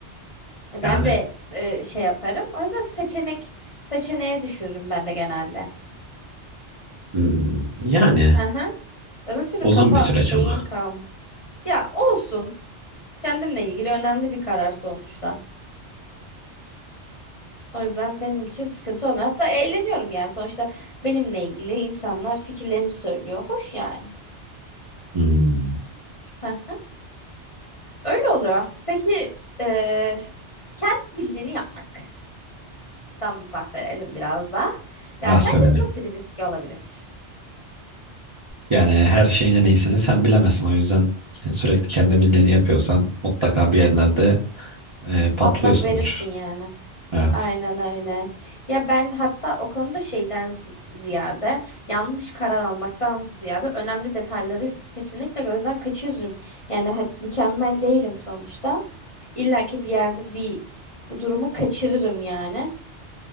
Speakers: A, on the left (about 30°); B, on the right (about 35°).
A: E,
B: Yani
A: Ben de e, şey yaparım. O yüzden seçenek seçeneğe düşürürüm ben de genelde.
B: Hmm, yani
A: Hı Öbür türlü
B: uzun
A: kafa
B: bir süreç
A: beyin
B: ama.
A: kalmaz. Ya olsun. Kendimle ilgili önemli bir karar sonuçta. O yüzden benim için sıkıntı olmuyor. Hatta eğleniyorum yani. Sonuçta benimle ilgili insanlar fikirlerini söylüyor. Hoş yani.
B: Hmm,
A: Heh. Öyle oluyor. Peki eee, kendi bildiğini yapmaktan bahsedelim biraz da. Yani
B: bahsedelim.
A: sence nasıl bir riski olabilir?
B: Yani her şeyin en iyisini sen bilemezsin. O yüzden sürekli kendi bildiğini yapıyorsan mutlaka bir yerlerde e, patlıyorsundur.
A: Patlak verirsin yani.
B: Evet.
A: Aynen öyle. Ya ben hatta o konuda şeyden zi- ziyade yanlış karar almaktan ziyade önemli detayları kesinlikle gözden kaçırırım. Yani ha- mükemmel değilim sonuçta. İlla ki bir yerde bir durumu kaçırırım yani.